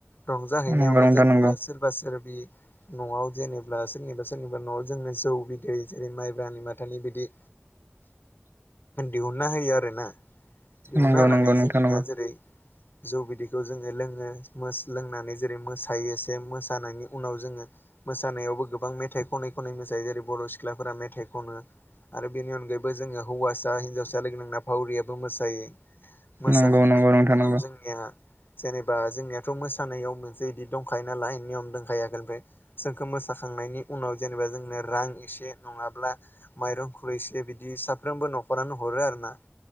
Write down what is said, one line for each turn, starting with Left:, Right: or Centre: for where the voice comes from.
Left: रंजाहैनायावनो
Right: नंगौ नोंथां
Left: जोंनिया
Right: नंगौ
Left: सोरबा सोर बि न'आव जेनेब्ला सोरनिबा सोरनिबा न'आव जोंनो जौ बिदै जेरै माइब्रानि माथानि बिदि
Right: <unintelligible>
Left: दिहुनना होयो आरोना दिहुनना
Right: नंगौ
Left: होनानै
Right: नंगौ नोंथां
Left: जोंनिया
Right: नंगौ
Left: जेरै जौ बिदिखौ जोङो लोङो मोस लोंनानै जेरै मोसायो से मोसानायनि उनाव जोङो मोसानायावबो गोबां मेथाइ खनै खनै मोसायो जेरै बर' सिख्लाफोरा मेथाइ खनो आरो बेनि अनगायैबो जोङो हौवासा हिनजावस सा लोगो नांना भावरियाबो मोसायो मोसाखांनायनि
Right: नंगौ नंगौ नोंथां
Left: उनाव
Right: नंगौ
Left: जोंनिया जेनेबा जोंनियाथ' मोसानायाव मोनसे इदि दंखायो नालाय नियम दंखायो आगोल ओमफ्राय जोंखो मोसाखां नायनि उनाव जेनेबा जोंनो रां एसे नङाब्ला माइरं एसे बिदि साफ्रोबो न'खरानो नख हरो आरोना